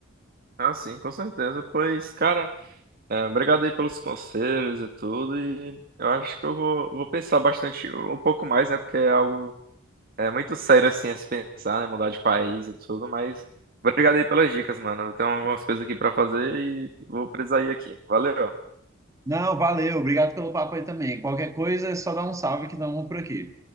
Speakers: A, on the right; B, on the right.
A: Ah, sim, com certeza. Pois, cara. É, obrigado aí pelos conselhos e tudo. E eu acho que eu vou, vou pensar bastante, um pouco mais, né? Porque é algo é muito sério assim a se pensar, né? Mudar de país e tudo. Mas obrigado aí pelas dicas, mano. Eu tenho algumas coisas aqui pra fazer e vou precisar ir aqui. Valeu.
B: Não, valeu, obrigado pelo papo aí também. Qualquer coisa é só dar um salve que dá um por aqui.